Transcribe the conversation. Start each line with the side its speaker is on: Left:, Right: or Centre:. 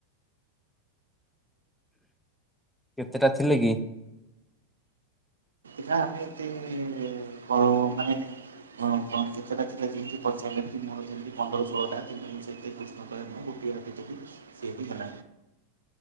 Centre: କେତେଟା ଥିଲେ କି?
Right: ପା ଆମେ ଏତି କର ମାନେ। ହଁ କେତେଟା ଥିଲା ଯେମିତି ପଚାରିଲେ ମୋର ଯେମିତି ପନ୍ଦର ଷୋଳ ଟା କି ମୁଁ ସେତ ଖ ଚୋନତି ଚାଲି ସେ ବି ହେ